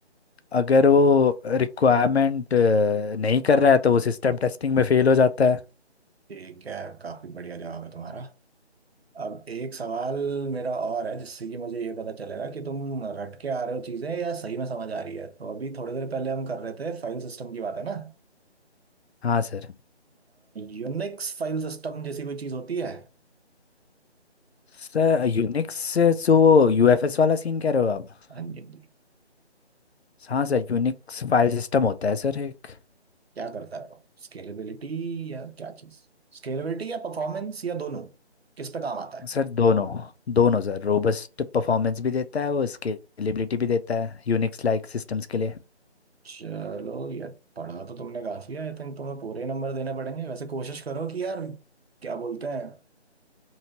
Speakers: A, on the left (about 65°); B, on the right (about 60°).
A: अगर वो रिक्वायरमेंट नहीं कर रहा है तो वो सिस्टम टेस्टिंग में फेल हो जाता है
B: ठीक है काफी बढ़िया जवाब है तुम्हारा अब एक सवाल मेरा और है जिससे कि मुझे ये पता चलेगा कि तुम रट के आ रहे हो चीजें या सही में समझ आ रही है तो अभी थोड़ी देर पहले हम कर रहे थे फाइल सिस्टम की बात है ना
A: हाँ सर
B: यूनिक्स फाइल सिस्टम जैसी कोई चीज होती है
A: सर यूनिक्स से जो यूएफएस वाला सीन कह रहे हो आप
B: हाँ जी
A: हाँ सर यूनिक्स फाइल सिस्टम होता है सर एक
B: क्या करता है वो स्केलेबिलिटी या क्या चीज स्केलेबिलिटी या परफॉर्मेंस या दोनों किस पे काम आता है
A: सर दोनों दोनों सर रोबस्ट परफॉर्मेंस भी देता है वो स्केलेबिलिटी भी देता है यूनिक्स लाइक सिस्टम्स के लिए
B: चलो यार पढ़ा तो तुमने काफी है आई थिंक तुम्हें पूरे नंबर देने पड़ेंगे वैसे कोशिश करो कि यार क्या बोलते हैं